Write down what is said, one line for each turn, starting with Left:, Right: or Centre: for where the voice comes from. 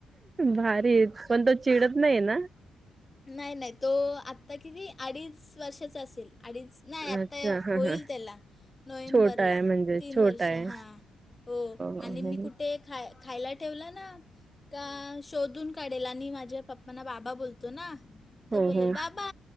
Right: भारीच पण तो चिडत नई ये ना.
Left: नाय नाय, तो आत्ता ना किती अडीच वर्षाचा असेल अडीच. नाय आत्ता,
Right: अच्छा हा
Left: होईल
Right: हा
Left: त्याला नो्हेंबरला
Right: छोटा आहे म्हणजे
Left: तीन
Right: छोटा
Left: वर्ष
Right: आहे.
Left: हां. हो,
Right: हो
Left: आणि
Right: हम्म
Left: मी कुठे खा खायला ठेवलं ना का शोधून काढेल, आणि माझ्या पप्पाना बाबा बोलतो ना, तर
Right: हो
Left: बोलेल
Right: हो.
Left: बाबा